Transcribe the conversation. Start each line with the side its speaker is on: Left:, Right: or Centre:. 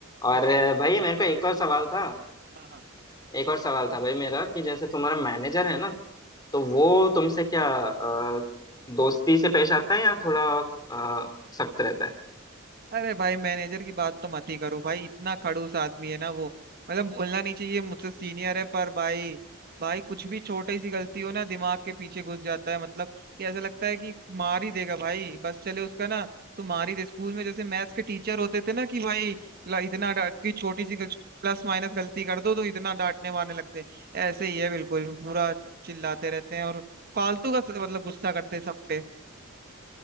Left: और
Right: सही
Left: अ,
Right: में
Left: भाई
Right: भाई
Left: मेरे को एक
Right: हाँ
Left: और सवाल था
Right: हाँ हाँ
Left: एक और सवाल था भाई मेरा कि जैसे तुम्हारा मैनेजर है ना तो वो तुमसे क्या अ, दोस्ती से पेश आता है या थोड़ा अ, सख्त रहता है
Right: अरे भाई मैनेजर की बात तो मत ही करो भाई इतना खड़ूस आदमी है ना वो मतलब बोलना नहीं चाहिए मुझसे सीनियर है पर भाई भाई कुछ भी छोटी सी गलती हो ना दिमाग के पीछे घुस जाता है मतलब कि ऐसा लगता है कि मार ही देगा भाई बस चले उसका ना तो मार ही दे स्कूल में जैसे मैथ्स के टीचर होते थे ना कि भाई ल- इतना डांट की छोटी सी प्लस माइनस गलती कर दो तो इतना डांटने वाने लगते हैं ऐसे ही है बिल्कुल पूरा चिल्लाते रहते हैं और फालतू का स- मतलब गुस्सा करते हैं सब पे